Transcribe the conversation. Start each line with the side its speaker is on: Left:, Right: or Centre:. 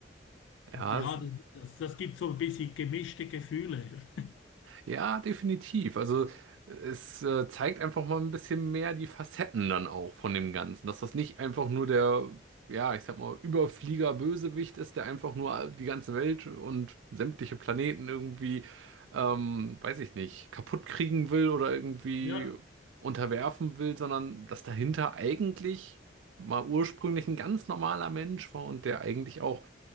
Right: Ja,
Left: Und Ja,
Right: es
Left: das, das, das gibt so ein bisschen gemischte Gefühle. <laughs>
Right: Ja, definitiv. Also es äh, zeigt einfach mal ein bisschen mehr die Facetten dann auch von dem Ganzen, dass das nicht einfach nur der, ja, ich sag mal, Überflieger-Bösewicht ist, der einfach nur die ganze Welt und sämtliche Planeten irgendwie, ähm, weiß ich nicht, kaputt kriegen will oder irgendwie
Left: Ja,
Right: unterwerfen will, sondern dass dahinter eigentlich mal ursprünglich ein ganz normaler Mensch war und der eigentlich auch,